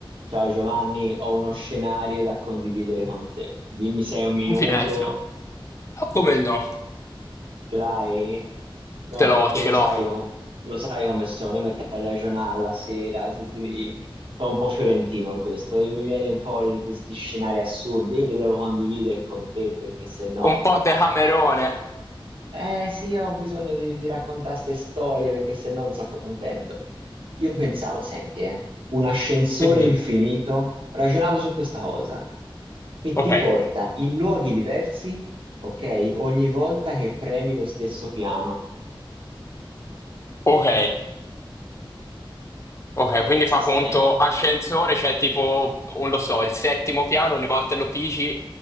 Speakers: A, on the right; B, on the left.
A: Ciao Giovanni, ho uno scenario da condividere con te. Dimmi se hai un minuto,
B: Un finestrino. Ah, come no?
A: ce l'hai? No,
B: Ce l'ho,
A: perché
B: ce
A: lo sai,
B: l'ho.
A: com- lo sai come sono, mi metto a ragionare la sera, tutti, sono un po' fiorentino in questo, e mi viene fuori tutti questi scenari assurdi, io li devo condividere con te perché se no,
B: Un po' decamerone.
A: Eh sì, io ho bisogno di, di raccontare queste storie perché se no non sono contento. Io pensavo, senti, eh, un ascensore
B: Mhm.
A: infinito, ragionavo su questa cosa, che
B: Ok,
A: ti porta in luoghi diversi, ok? Ogni volta che premi lo stesso piano.
B: ok, ok.
A: Eh,
B: Quindi
A: Se-
B: fa
A: se-
B: conto
A: eh,
B: ascensore, c'è tipo, non lo so, il settimo piano, ogni volta lo pigi,